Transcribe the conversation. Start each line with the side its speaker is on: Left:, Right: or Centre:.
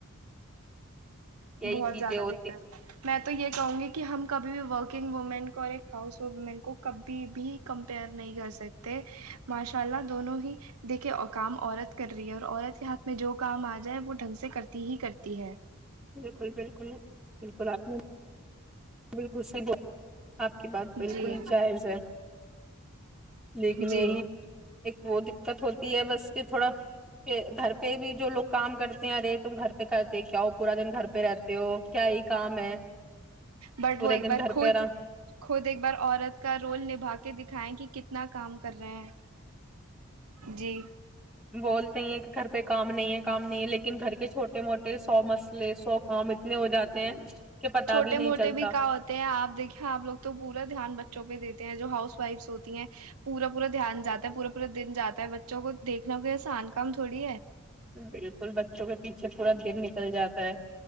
Centre: یہی
Right: بہت
Centre: چیزیں
Right: زیادہ
Centre: ہوتی
Right: دقت
Centre: ہیں۔
Right: میں تو یہ کہوں گی کہ ہم کبھی بھی ورکنگ وومین کو اور ایک ہاؤس وومین کو کبھی بھی کمپیئر نہیں کر سکتے ماشاء اللہ دونوں ہی دیکھے کام عورت کر رہی ہے اور عورت کے ہاتھ میں جو کام آ جائے وہ ڈھنگ سے کرتی ہی کرتی ہے
Centre: بالکل بالکل بالکل آپ نے بالکل صحیح ب آپ کی بات بالکل
Right: جی
Centre: جائز ہے لیکن
Right: جی
Centre: یہی ایک وہ دقت ہوتی ہے بس کہ تھوڑا گھر پہ بھی جو لوگ کام کرتے ہیں ارے تم گھر پہ کرتے کیا ہو پورا دن گھر پہ رہتے ہو کیا یہ کام ہے
Right: بٹ
Centre: پورے
Right: وہ ایک
Centre: دن
Right: بار
Centre: گھر
Right: خود
Centre: پہ رہا
Right: خود ایک بار عورت کا رول نبھا کے دکھائیں کہ کتنے اتنا کام کر رہے ہیں جی
Centre: بولتے ہی ہیں کہ گھر پہ کام نہیں ہے کام نہیں ہے لیکن گھر کے چھوٹے موٹے سو مسئلے سو کام اتنے ہو جاتے ہیں کہ پتا
Right: چھوٹے
Centre: نہیں
Right: موٹے
Centre: چلتا
Right: بھی کا ہوتے ہیں آپ دیکیں آپ لوگ تو پورا دھیان بچوں پہ دیتے جو ہاؤس وائفس ہوتی ہیں پورا پورا دھیان جاتا ہے پورا پورا دن جاتا ہے بچوں کو دیکنا کوسان کام تھوڑی ہے
Centre: بالکل بچوں کے پیچھے پورا دن نکل جاتا ہے